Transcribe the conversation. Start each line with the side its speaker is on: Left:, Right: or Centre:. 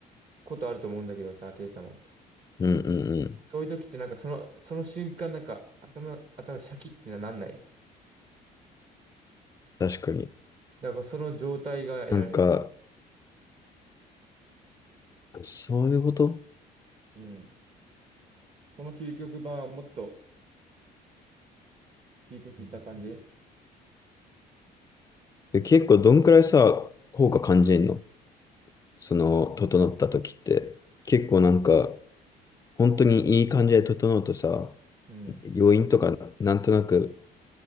Right: ことあると思うんだけどさ、ケイタも。
Left: うんうんうん。
Right: そういう時ってなんかその、その瞬間なんか頭、頭シャキってなんない。
Left: 確かに。
Right: だからその状態が得られる。
Left: なんか、そういうこと
Right: うん。その究極版はもっと究極いった感じ。
Left: で結構どんくらいさ、効果感じんのその、整った時って。結構なんか、本当にいい感じで整うとさ、
Right: うん。
Left: 余韻とかなんとなく